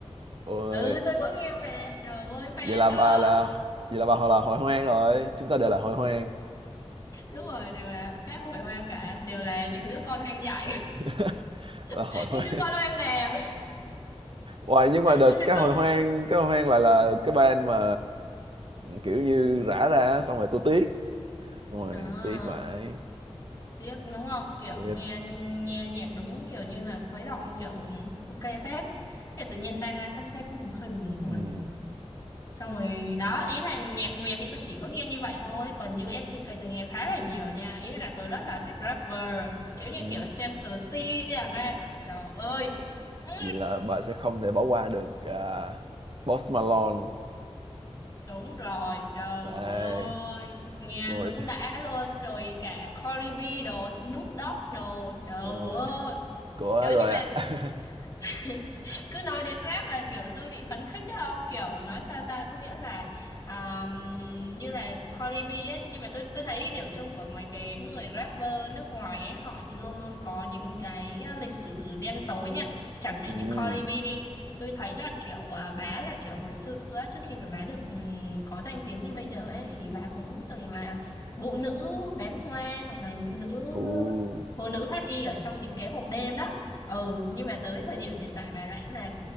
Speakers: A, on the right; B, on the left.
A: ôi
B: ừ tôi có nghe mà trời ơi fan
A: vậy là
B: đó
A: bà là vậy là bà họ là hội hoang rồi chúng ta đều là hội hoang
B: đúng rồi đều là cá hồi hoang cả đều là những đứa con hoang dại
A: <laughs> là hội
B: <laughs>
A: hoang
B: những đứa con hoang đàn
A: Hoài nhưng mà đợt
B: nói
A: cái
B: chung
A: hội hoang cái hội hoang lại là cái band mà kiểu như rã ra xong rồi tôi tiếc ngoài
B: à,
A: tiếc vậy
B: tiếc đúng không kiểu
A: thiệt
B: nghe nghe nhạc đúng kiểu như là khuấy động kiểu ừ, ok phết Thế tự nhiên tan ra thấy thấy cũng hơi buồn
A: ừ.
B: buồn xong rồi đó ý là nhạc Việt thì tôi chỉ có nghe như vậy thôi còn US UK tôi nghe khá là nhiều nha ý là tôi rất là thích rapper giống như
A: Ừ.
B: kiểu Central C chẳng hạn trời ơi Ừ,
A: vậy là bà sẽ không thể bỏ qua được à, Post Malone
B: đúng rồi trời
A: Đây.
B: ơi nghe
A: Rồi.
B: đúng
A: <laughs>
B: đã luôn rồi cả Cardi B đồ Snoop Dogg đồ trời
A: Đúng rồi.
B: ơi
A: của
B: trời ơi,
A: rồi
B: nhưng mà
A: ạ <laughs>
B: <laughs> cứ nói đến rap là kiểu tôi bị phấn khích á không kiểu nói sao ta có nghĩa là um, như là Cardi B ấy nhưng mà tôi tôi thấy điểm chung của mấy cái người rapper nước ngoài ấy họ luôn luôn có những cái lịch sử đen tối nha chẳng hạn
A: ừ.
B: như Cardi B đi tôi thấy là kiểu à, bà là kiểu hồi xưa á, trước khi mà bà được ừm, có danh tiếng như bây giờ ấy thì bà cũng từng là vụ nữ bán hoa hoặc là vụ nữ
A: Ừ.
B: phụ nữ thoát y ở trong những cái hộp đêm đó ừ nhưng mà tới thời điểm hiện tại bà lại là